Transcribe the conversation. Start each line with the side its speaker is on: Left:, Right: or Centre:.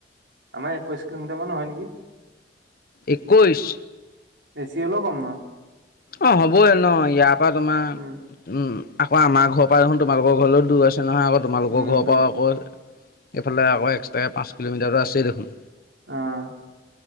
Right: আমাৰ একৈশ কিলোমিটাৰ মান হয় নেকি।
Left: একৈশ?
Right: বেছি হ'লেও কম নহয়।
Left: অ হ'বইে ন ইয়াৰ পৰা তোমাৰ,
Right: উম
Left: উম আক আমাৰ ঘৰ পৰাই দেখোন তোমালোক ঘৰলৈ দূৰ আছে নহয় আকৌ তোমালোক
Right: উম
Left: ঘৰৰ
Right: দূৰ
Left: পৰা আকৌ এইফালে এক্সট্ৰাকৈ পাঁচ কিলোমিটাৰ আছেই দেখোন
Right: আহ,